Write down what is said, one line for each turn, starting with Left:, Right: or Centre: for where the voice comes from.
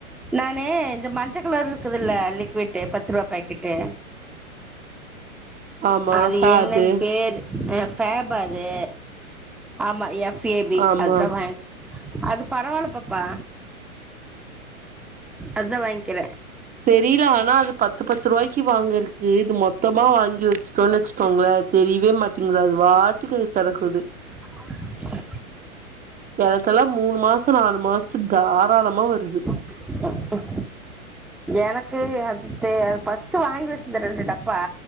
Centre: நானு இந்த மஞ்சள் கலர்ரு இருக்குதுல்ல லிக்விட்டு் பத்து ரூபா பாக்கெட்டு
Right: ஆமா
Centre: அது
Right: ஃபேபு
Centre: என்னன்னு பேரு ஃபேப் ஆ அது ஆமா எப் ஏ பி
Right: ஆமா
Centre: அதுதா வாங்க அது பரவாலப் பாப்பா அதா வாங்கிக்கிற
Right: தெரில ஆனா அது பத்து பத்து ரூவாய்க்கு வாங்க இருக்கு இது மொத்தமா வாங்கி வச்சுட்டோனு வச்சுகோங்க தெரியவே மாட்டிங்து அது வாட்டுக்கு தொரக்குது
Centre: <unintelligible>
Right: எனககெல்லா மூணு மாச நாலு மாசத்துக்கு தாராளமா வருது
Centre: ம்கும் எனக்கு அது அது ஃபர்ஸ்ட் வாங்கி வச்சிருந்த ரெண்டு டப்பா